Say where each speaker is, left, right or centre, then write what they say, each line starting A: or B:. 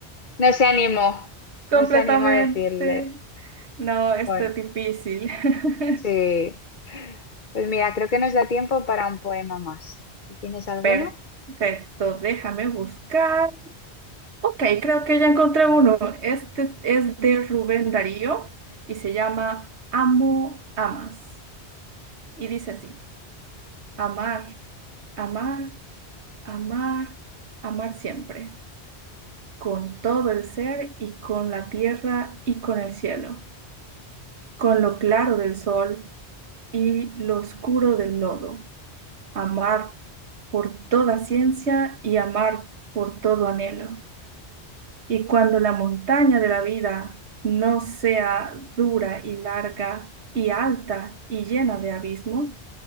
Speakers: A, on the left (about 50°); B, on the right (about 85°).
A: no se animó,
B: <laughs> completamente.
A: no se animó a decirle.
B: No, esto
A: Bueno.
B: es difícil. <laughs>
A: Sí. Pues mira, creo que nos da tiempo para un poema más. Si ¿Tienes alguno?
B: Perfecto, déjame buscar. Ok, creo que ya encontré uno. Este es de Rubén Darío y se llama Amo, amas. Y dice así, amar, amar, amar, amar siempre, con todo el ser y con la tierra y con el cielo, con lo claro del sol y lo oscuro del lodo. Amar por toda ciencia y amar por todo anhelo. Y cuando la montaña de la vida no sea dura y larga y alta y llena de abismos,